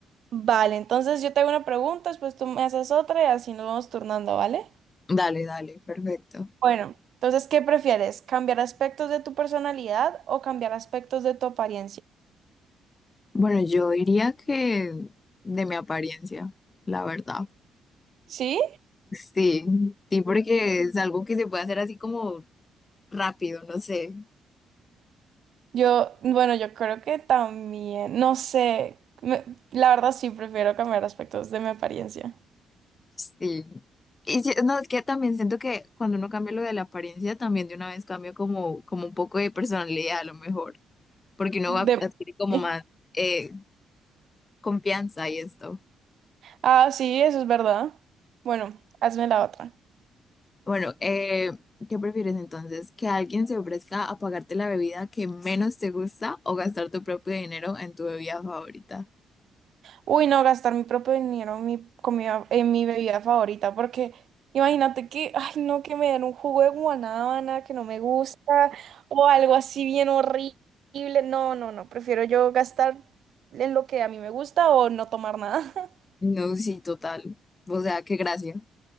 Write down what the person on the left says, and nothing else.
Dale, dale, perfecto.
Bueno, yo diría que de mi apariencia, la verdad.
Sí, sí, porque es algo que se puede hacer así como rápido, no sé.
Sí. Y si- no, es que también siento que cuando uno cambia lo de la apariencia, también de una vez cambia como, como un poco de personalidad a lo mejor, porque uno va a
adquirir
como más eh, confianza y esto.
Bueno, eh, ¿qué prefieres entonces? ¿Que alguien se ofrezca a pagarte la bebida que menos te gusta o gastar tu propio dinero en tu bebida favorita?
No, sí, total. O sea, qué gracia.